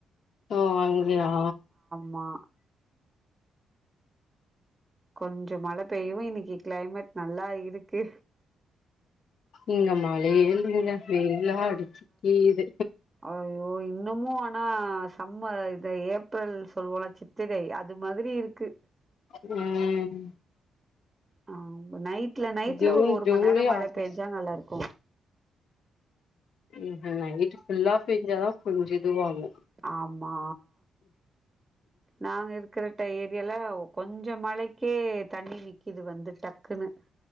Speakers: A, on the left; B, on the right.
A: ஓ அங்கயா
B: மா கொஞ்ச மழ பெய்யவு இன்னிக்கி க்ளைமெட் நல்லா இருக்கு
A: இங்க மழயே இல்லங்க வெயிலா அடிச்சிக்கீது
B: அய்யோ இன்னுமு ஆனா சம்மர் இந்த ஏப்ரல் சொல்லுவோல்ல சித் திரை அது மாதிரி இருக்கு
A: ம்
B: ஆமா நைட்ல நைட்ல
A: ஜூன்
B: ஒரு
A: ஜூலை
B: மண் நேரோ மழ
A: ஆகஸ்ட்
B: பேஞ்சா நல்லாருக்கு
A: ம்ம் நைட்டு ஃபுல்லா பேஞ்சாதா கொஞ்சோ இதுவாகு
B: ஆமா நாங்க இருக்கற ட ஏர் யால கொஞ்ச மழைக்கே தண்ணி நிக்கிது வந்து டக்குனு